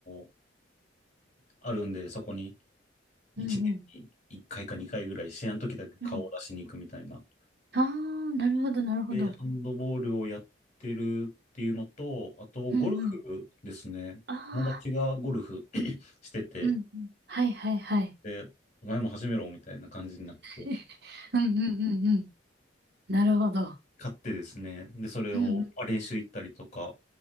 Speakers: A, on the left; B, on the right.
A: ーあるんで、そこに1年に1回か2回ぐらい、
B: うんうん。
A: 試合の時だけ顔を出しに行くみたいな
B: うん。ああ、なるほど、なるほど。
A: で、ハンドボールをやってるっていうのと、あと、ゴルフですね。
B: うんうん。ああ、
A: 友達がゴルフ <coughs> <clears throat> してて、
B: うんうん。はいはいはい。
A: で、お前も始めろみたいな感じになって、
B: <laughs> うんうんうんうん。なるほど。
A: 買ってですね、で、それをまあ練習行ったりとか、
B: うんうん。